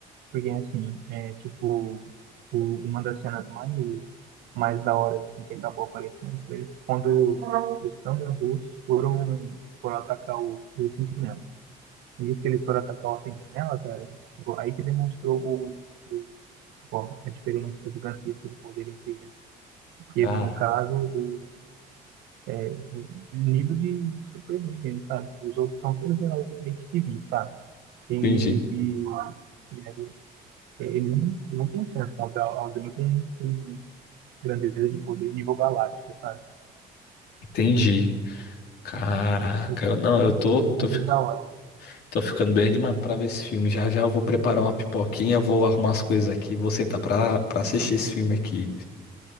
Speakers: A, on the right (about 85°); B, on the left (about 75°).
A: porque assim, é tipo, o- uma das cenas mais, mais da hora assim, que acabou aparecendo foi quando os Thunderbolts foram, foram atacar o, o Sentinela. E nisso que eles foram atacar o Sentinela, cara, tipo, aí que demonstrou o, o- tipo, a diferença gigantesca de poder entre eles. que
B: Cara,
A: no caso o é, o nível de Superman mesmo, sabe? Os outros são todos realmente civis, sabe? E,
B: entendi,
A: e, e aí é, eles não, não têm chance contra alguém com, com grandeza de poder nível galáctico, sabe?
B: entendi. Caraca,
A: Não tem
B: eu, não,
A: por quase
B: eu tô,
A: por conta
B: tô, fi-
A: da hora.
B: Tô ficando bem animado pra ver esse filme. Já já eu vou preparar uma pipoquinha, vou arrumar as coisas aqui, vou sentar pra, pra assistir esse filme aqui.